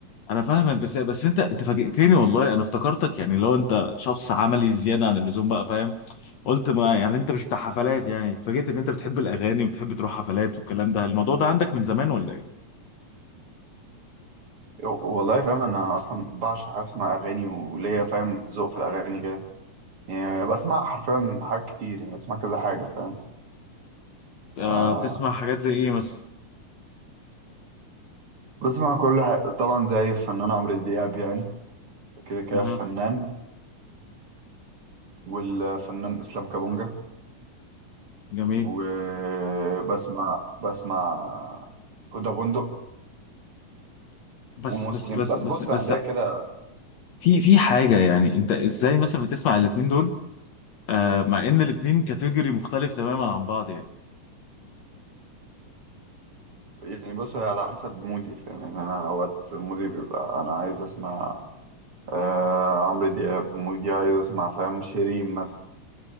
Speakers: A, on the left; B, on the right.
A: انا فاهمك بس بس انت انت فاجئتني والله انا افتكرتك يعني لو انت شخص عملي زياده عن اللزوم بقى فاهم قلت ما يعني انت مش بتاع حفلات يعني اتفاجئت ان انت بتحب الاغاني وبتحب تروح حفلات والكلام ده الموضوع ده عندك من زمان ولا ايه
B: والله فاهم انا اصلا بعشق اسمع اغاني وليا فاهم ذوق في الاغاني كده يعني بسمع حرفيا حاجات كتير يعني بسمع كذا حاجه فاهم
A: آه
B: ف-
A: بتسمع حاجات زي ايه مثلا
B: بسمع كل حاجه طبعا زي الفنان عمرو دياب يعني كده كده
A: اها
B: فنان والفنان اسلام كابونجا
A: جميل
B: وبسمع بسمع هدى بندق
A: بس
B: ومسلم
A: بس بس
B: بس
A: بس
B: بص
A: بس
B: انا ليا كده
A: في في حاجه يعني انت ازاي مثلا بتسمع الاتنين دول آه مع ان الاتنين كاتيجوري مختلف تماما عن بعض يعني
B: يعني بص هي على حسب مودي فاهم يعني انا اوقات مودي بيبقى انا عايز اسمع آه عمرو دياب مودي عايز اسمع فاهم شيرين مثلا